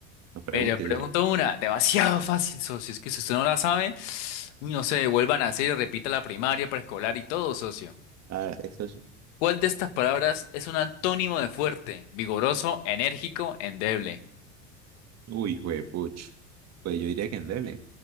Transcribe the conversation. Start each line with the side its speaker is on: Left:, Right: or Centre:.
Right: No preguntes,
Left: Mira, pregunto
Right: opción.
Left: una, demasiado fácil, socio, es que si usted no la sabe, uy, no sé, vuelvan a hacer y repita la primaria, preescolar y todo, socio.
Right: Ah, eso sí.
Left: ¿Cuál de estas palabras es un antónimo de fuerte, vigoroso, enérgico, endeble?
Right: Uy, juepuch. Pues yo diría que en Dele.